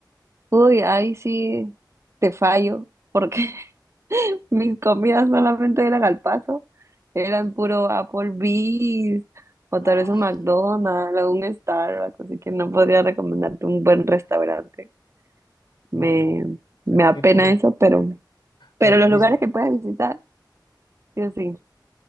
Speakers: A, on the right; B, on the left.
A: Uy, ahí sí te fallo porque Mis comidas solamente eran al paso, eran puro Applebee's o
B: Ah,
A: tal vez un McDonald's o un Starbucks, así que no podría recomendarte un buen restaurante.
B: bueno,
A: Me, me
B: creo
A: apena
B: que tendré
A: eso,
B: que...
A: pero, pero
B: Bueno,
A: los
B: listo.
A: lugares que puedes visitar, yo sí.